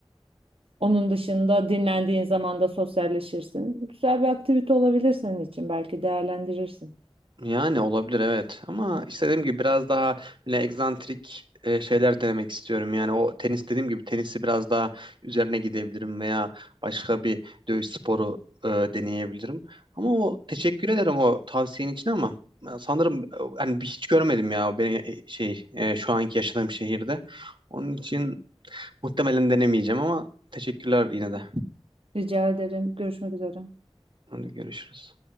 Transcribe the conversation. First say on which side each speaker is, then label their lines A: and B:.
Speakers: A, on the right (about 65°); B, on the right (about 50°).
A: Onun dışında dinlendiğin zaman da sosyalleşirsin. Güzel bir aktivite olabilir senin için. Belki değerlendirirsin.
B: Yani olabilir evet ama işte dediğim gibi biraz daha böyle egzantrik e, şeyler denemek istiyorum. Yani o tenis dediğim gibi tenisi biraz daha üzerine gidebilirim veya başka bir dövüş sporu e, deneyebilirim. Ama o teşekkür ederim o tavsiyenin için ama ben sanırım e, hani bir hiç görmedim ya ben e, şey e, şu anki yaşadığım şehirde. Onun için muhtemelen denemeyeceğim ama teşekkürler yine de.
A: Rica ederim. Görüşmek üzere.
B: Hadi görüşürüz.